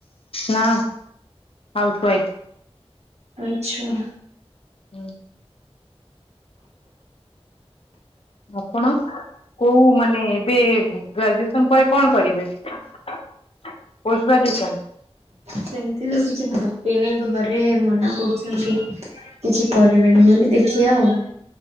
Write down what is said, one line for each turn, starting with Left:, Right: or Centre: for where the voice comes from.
Left: ନାଁ। Housewife.
Right: ଆଚ୍ଛା।
Left: ହୁଁ। ଆପଣ କୋଉ ମାନେ ଏବେ ଗ୍ରାଜୁଏସନ୍ ପରେ କଣ କରିବେ? Post graduation?
Right: ସେମତି ତ କିଛି ଭାବିନି ଘରେ ମନା କରୁଛନ୍ତି। କିଛି କରିବେନି ବୋଲି ଦେଖିବା ଆଉ।